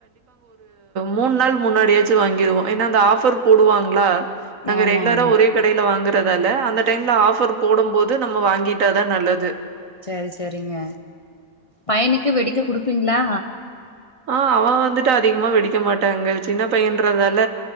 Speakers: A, on the right; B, on the left.
A: மூணு நாள் முன்னாடியாச்சும் வாங்கிருவோ ஏன்னா அந்த ஆஃபர் போடுவாங்களா நாங்க
B: ஆமா
A: ரெகுலரா
B: ஆமா
A: ஒரே கடையில வாங்குறது அதால அந்த டைம்ல ஆஃபர் போடும் போது நம்ம வாங்கிட்டாதா நல்லது
B: செரி செரிங்க பையனுக்கு வெடிக்க குடுப்பீங்களா
A: ஆ அவன் வந்துட்டு அதிகமா வெடிக்க மாட்டாங்க சின்ன பையன்றதால